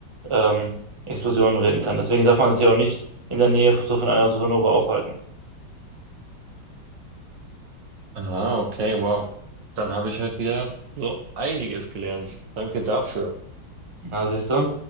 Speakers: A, on the right; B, on the right.
A: ähm, Explosion reden kann. Deswegen darf man sich ja auch nicht in der Nähe so von einer Supernova aufhalten.
B: Ah, okay, wow. Dann habe ich heute wieder so einiges gelernt. Danke dafür.
A: Na, siehst du?